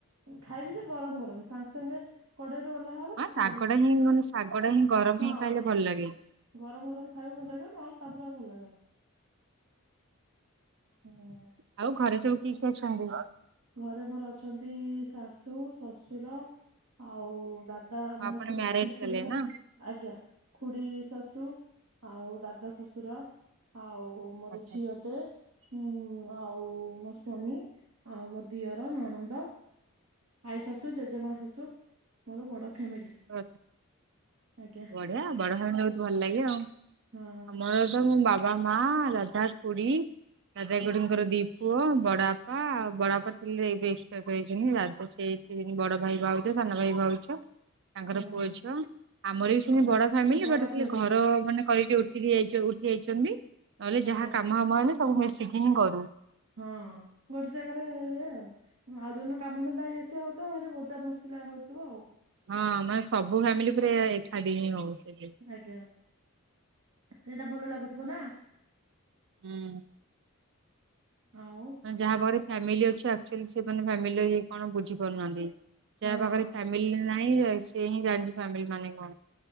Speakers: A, on the right; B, on the right.
A: ଖାଇବି ଯେ ଗରମ ଗରମ ସାଙ୍ଗେ ସାଙ୍ଗେ କଡେଇରେ ଓହ୍ଲା ହବ
B: ହଁ
A: ମୁଁ ଖାଇବି।
B: ଶାଗଟା ହିଁ ମାନେ ଶାଗଟା ହିଁ ଗରମ
A: ହଁ
B: ହିଁ ଖାଇଲେ ଭଲ ଲାଗେ।
A: ଗରମ ଗରମ ଖାଇକୁ ଭଲ ଲାଗେ, ନହେଲେ ତାପରେ ଆଉ ଭଲ ଲାଗେନା।
B: <inaudible>
A: ହୁଁ।
B: ଆଉ ଘରେ ସବୁ କିଏ କିଏ ଅଛନ୍ତି?
A: ଘରେ ମୋର ଅଛନ୍ତି ଶାଶୁ, ଶଶୁର ଆଉ ଦାଦା ମାନେ
B: ଆପଣ
A: ଖ
B: ମ୍ୟାରେଜ
A: ଖୁଡି
B: କଲେ
A: ଶାଶୁ
B: ନା?
A: ଆଜ୍ଞା, ଖୁଡି ଶାଶୁ ଆଉ ଦାଦା ଶଶୁର, ଆଉ ମୋର
B: ଆଚ୍ଛା
A: ଝିଅଟେ
B: ଆଚ୍ଛା।
A: ଉଁ ଆଉ ମୋ ସ୍ଵାମୀ। ଆଉ ମୋ ଦିଅର, ନଣନ୍ଦ ଆଈ ଶାଶୁ ଜେଜେମା ଶାଶୁ। ମୋର ବଡ଼ ଫ୍ୟାମିଲି।
B: <inaudible>
A: ଆଜ୍ଞା
B: ବଢିଆ ବଡ ଫ୍ୟାମିଲି ବହୁତ ଭଲ ଲାଗେ ଆଉ।
A: ହଁ
B: ତ ମୁଁ ବାବା, ମା, ଦାଦା, ଖୁଡି ଦାଦା ଖୁଡିଙ୍କର
A: ଆଜ୍ଞା
B: ଦି ପୁଅ ବଡ ବାପା ବଡ ବାପା ଥିଲେ, ଏବେ ଏକ୍ସପାର୍ କରିଯାଇଛନ୍ତି। ରାଜ ସେଇଠ ବଡ ଭାଇ ଭାଉ ସାନ ଭାଇ ଭାଉଜ ତାଙ୍କର
A: ହୁଁ
B: ପୁଅ
A: ହୁଁ
B: ଝିଅ, ଆମର ବି ସେ
A: ହୁଁ
B: ବଡ ଫ୍ୟାମିଲି
A: ବଡ
B: ବଟ୍ ଖାଲି
A: ଫ୍ୟାମିଲି
B: ଘର ମାନେ କରିକି ଉ ଠିକି ଯ ଉଠି ଯାଇଛନ୍ତି। ନହେଲେ,
A: ଆଜ୍ଞା
B: ଯାହା କାମ ଖାମ ହେଲେ ସବୁ ମିଶିକି ହିଁ କରୁ।
A: ହଁ, ଗୋଟେ ଜାଗାରେ ଇଏ ଆଉ। ଆଉ ଯୋଉ ଦିନ କାମ ଧନ୍ଦା ଇଏ ସିଏ ହଉଥିବ, ଭାରି ମଜା ମସ୍ତି ହଉଥିବ।
B: ହଁ, ମାନେ ସବୁ ଫ୍ୟାମିଲି ପୁରା ଏକାଠି ହିଁ ହଉଥିଲେ।
A: ଆଜ୍ଞା, ସେଇଟା ଭଲ ଲାଗୁଥିବ ନା?
B: ହୁଁ।
A: ଆଉ।
B: ଯାହା ପାଖରେ ଫ୍ୟାମିଲି ଅଛି, ଆକ୍ଚୁଲି ସେ ଫ୍ୟାମିଲି କଣ ବୁଝିପାରୁନାହାନ୍ତି। ଯାହା
A: ହଁ
B: ପାଖରେ ଫ୍ୟାମିଲି ନାହିଁ, ସେ ହିଁ ଜାଣିଛି ଫ୍ୟାମିଲି ମାନେ କଣ।